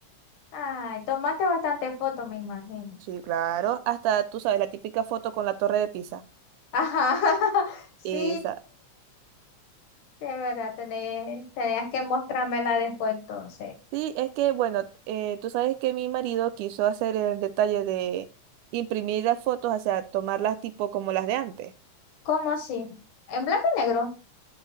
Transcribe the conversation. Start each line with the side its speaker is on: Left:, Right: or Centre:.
Left: Ay, tomaste bastante fotos, me imagino.
Right: Sí, claro. Hasta, tú sabes, la típica foto con la Torre de Pisa.
Left: Ajá, <laughs>
Right: Esa.
Left: sí, sí, es verdad, tenés- tenías que mostrármela después entonces.
Right: Sí, es que, bueno, eh, tú sabes que mi marido quiso hacer el detalle de imprimir las fotos, o sea, tomarlas tipo como las de antes.
Left: ¿Cómo así? ¿En blanco y negro?